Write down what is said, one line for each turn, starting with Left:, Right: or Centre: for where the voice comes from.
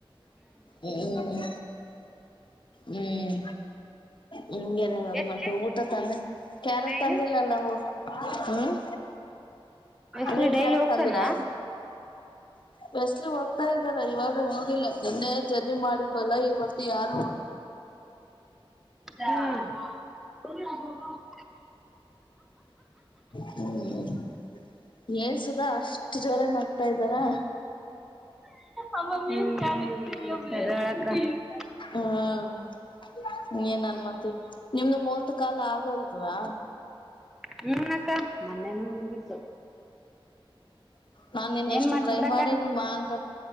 Left: ಹ್ಮ್ ಹ್ಮ್ ಹೆಂಗೆ
Centre: ಎಷ್ಟ
Left: ಮತ್ತೆ ಊಟತಾನೇ ಕ್ಯಾರೆಟ್
Centre: ಡೈಲಿ
Left: ತಂದಿಲ್ಲಲ್ಲ ಊ ಹ್ಮ್
Centre: ಎಸ್ಲಿ
Left: ನೀವು
Centre: ಡೈಲಿ
Left: ಕ್ಯಾರರ್
Centre: ಹೋಗ್ತಾನ
Left: ತಂದಿರಾ? ಬಸ್ಲಿ ಹೋಗ್ತಾ ಇದ್ದಾರ ಇವಾಗ ಹೋಗಿಲ್ಲ ನಿನ್ನೆ ಜರ್ನಿ ಮಾಡಿದ್ಬಲ್ಲ ಇವತ್ತು ಯಾರು ಹೋಗ
Centre: ಹ್ಮ್
Left: ಹ್ಮ್ ಏನ್ ಸುದಾ ಅಷ್ಟು ಜೋರ ನ ತ ಇದಾರಾ?
Centre: ಹಳ <unintelligible>
Left: ಹ್ಮ ಏನ್ ಅನ್ಮಂತಿ ನಿಮ್ದು ಮೂವತ್ ಕಾಲ ಆಗಲ್ದವಾ
Centre: ಹ್ಮ ಅಕ್ಕ ಮೊನ್ನೆನೇ ಮುಗಿತ್ತು
Left: ನಾನ್ ನಿನ್
Centre: ಏನ್
Left: ಎಷ್ಟು
Centre: ಮಾಡ್ತ
Left: ಟ್ರೈ
Centre: ಬಿಡಕ
Left: ಮಾಡೀನಿ ಮಾಂಕ